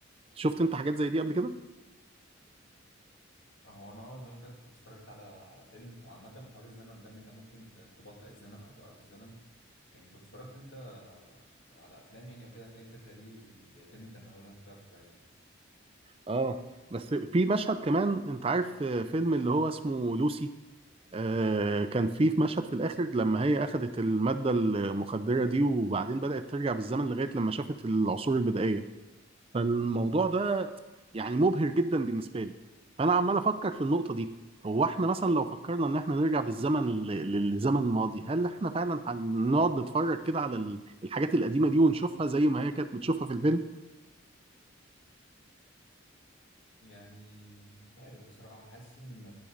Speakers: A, on the right; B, on the left.
A: شفت انت حاجات زي دي قبل كده
B: هو انا اه زي ما قلت لك كنت اتفرجت على على فيلم وعامة حوار الزمن ده ان انت ممكن ت- تبطئ الزمن او توقف الزمن يعني كنت اتفرجت انت على افلام يعني او كده هتلاقي الفكرة دي بي- بيتم تناولها بكثرة يعني
A: اه بس في مشهد كمان انت عارف آه، فيلم اللي هو اسمه لوسي آه كان في في مشهد
B: مم.
A: في الاخر لما هي اخذت المادة المخدرة دي وبعدين بدأت ترجع بالزمن لغاية لما شافت العصور البدائية فالموضوع ده يعني مبهر جدا بالنسبة لي فانا عمال افكر في النقطة دي هو احنا مثلا لو فكرنا ان احنا نرجع بالزمن ل- ل- للزمن الماضي هل احنا فعلا هنقعد نتفرج كده على ال- الحاجات القديمة دي ونشوفها زي ما هي كانت بتشوفها في الفيلم
B: يعني مش عارف بصراحة حاسس ان